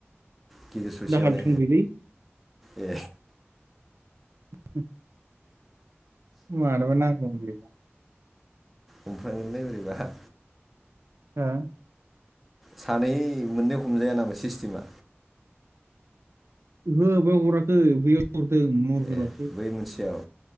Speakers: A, in the centre; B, on the right.
A: गेजेर ससेयावनो
B: दाहाल थुंग्रिलै
A: ए
B: <inaudible> मारैबो नांगौमोन
A: हमफ्रांगोनलै बोरैबा
B: हा
A: सानै मोननै हमजाया नामा सिस्टेमा?
B: ओहो बावगाराखै बेयाव परतेल नरमेलावसो
A: ए बै मोनसेयाव